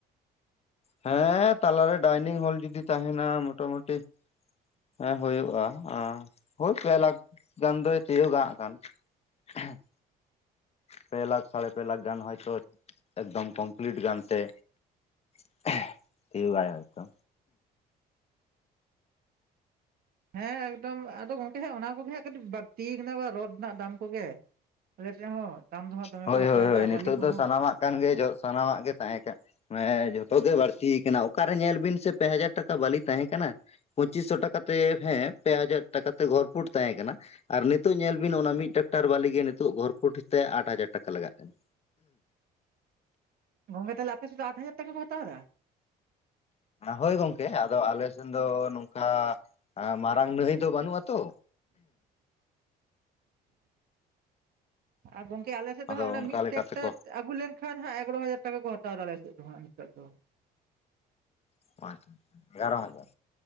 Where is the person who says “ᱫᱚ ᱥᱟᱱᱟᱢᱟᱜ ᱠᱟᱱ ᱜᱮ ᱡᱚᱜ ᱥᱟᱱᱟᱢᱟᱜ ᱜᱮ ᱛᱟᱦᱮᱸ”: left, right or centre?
Left